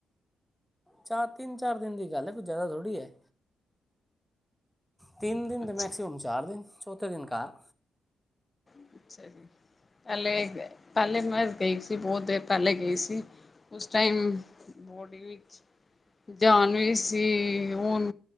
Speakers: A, in the centre; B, on the left.
A: ਚਾਰ ਤਿੰਨ ਚਾਰ ਦਿਨ ਦੀ ਗੱਲ ਹੈ ਕੁ ਜ਼ਿਆਦਾ ਥੋੜ੍ਹੀ ਹੈ ਤਿੰਨ ਦਿਨ
B: ਅੱਛਾ
A: ਦੇ ਮੈਕਸਸੀਮਮ ਚਾਰ ਦਿਨ ਚੌਥੇ ਦਿਨ ਘਰ
B: ਅ ਜੀ ਪਹਿਲੇ ਪਹਿਲੇ ਮੈਂ ਗਈ ਸੀ ਬਹੁਤ ਦੇਰ ਪਹਿਲੇ ਗਈ ਸੀ ਉਸ ਟਾਈਮ ਬੋਡੀ ਵਿੱਚ ਜਾਨ ਵੀ ਸੀ ਹੁਣ